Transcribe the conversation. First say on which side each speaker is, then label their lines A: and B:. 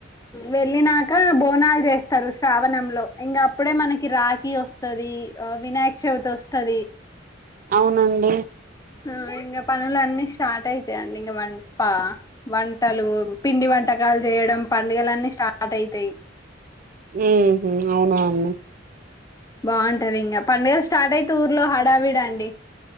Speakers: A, on the left; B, on the right.
A: వెళ్ళినాకా బోనాల్ జేస్తారు శ్రావణంలో ఇంగా అప్పుడే మనకి రాఖీ వోస్ తదీ ఆ వినాయ్క్ చవ్తి ఒస్తది
B: అవునండి.
A: ఆ ఇంగా పనులన్నీ స్టార్ట్ అయితేయండి ఇంగా వంప వంటాలు పిండి వంటకాల్ జెయడం పండగలన్నీ స్టార్ట్ అయితై
B: ఉమ్ హు అవునవును
A: బావుంటది ఇంగా పండగ స్టార్ట్ అయితై ఊర్లో హడావిడండి